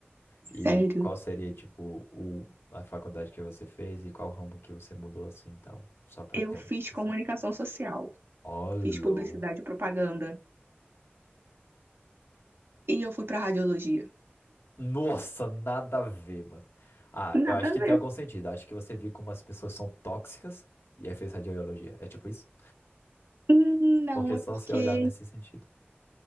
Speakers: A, on the left; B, on the right.
A: E
B: Sério,
A: qual seria, tipo, o, a faculdade que você fez e qual ramo que você mudou assim e tal? Só pra
B: eu
A: ter
B: fiz
A: uma noção.
B: comunicação social,
A: Ó, louco.
B: fiz publicidade e propaganda, e eu fui para radiologia.
A: Nossa, nada a ver, mano. Ah,
B: Nada
A: eu acho
B: a
A: que
B: ver.
A: tem algum sentido. Acho que você viu como as pessoas são tóxicas e aí fez radiologia. É tipo isso?
B: Hum, Não,
A: Porque é
B: é
A: só
B: porque
A: se olhar nesse sentido.